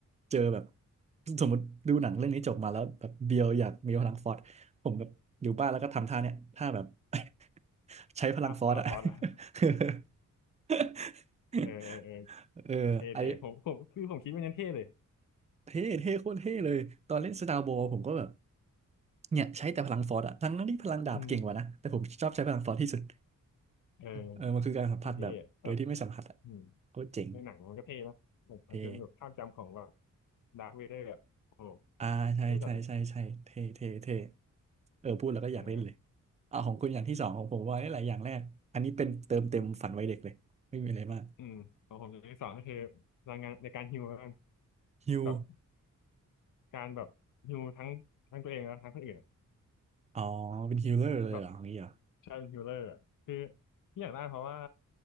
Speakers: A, on the right; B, on the left.
A: เจอแบบสมมติดูหนังเรื่องนี้จบมาแล้วแบบเบียวอยากมีพลังฟอร์สผมแบบอยู่บ้านแล้วก็ทำท่าเนี่ยท่าแบบ <laughs> ใช้พลังฟอร์สอะ
B: ภาพฟาร์ฟอสอะ
A: <laughs>
B: <laughs> เออเออเออ
A: เออไอนนี้
B: เท่เท่ผมผมคือผมคิดมันยังเท่เลย
A: เท่เท่โคตรเท่เลย ตอนเล่นสตาร์บอลผมก็แบบ เนี่ยใช้แต่พลังฟอร์สอะทั้งนั้นที่พลังดาบเก่งกว่านะแต่ผมชอบใช้พลังฟอร์สที่สุด
B: อืมเออ
A: เออมันคือการสัมผัสแบบโดยที่ไม่สัมผัสอะ
B: มันเท่อะแบบอืม
A: โคตรเจ๋ง
B: ในหนังมันก็เท่นะแบบ
A: เท่
B: มันจนแบบภาพจำของแบบดาร์คเวเดอร์อะโอ้โห
A: อ่าใช่ใช่ใช่ใช่เท่เท่เท่
B: เท่จัดเลย
A: เออพูดแล้วก็อยากเล่นเลย
B: อ่า
A: อ่าของคุณอย่างที่สองของผมว่าได้หลายอย่างแรกอันนี้เป็นเติมเต็มฝันวัยเด็กเลยไม่มีอะไรมาก
B: อืมของผมอย่างที่สองก็คือพลังงานในการฮีลแล้วกัน
A: ฮิว
B: แบบการแบบฮีลทั้งทั้งตัวเองแล้วทั้งคนอื่นอะ
A: อ๋อเป็นฮิลเลอร์เลยเหรออย่างนี้เหรอ
B: แบบใช้เป็นฮีลเลอร์อะคือที่อยากได้เพราะว่า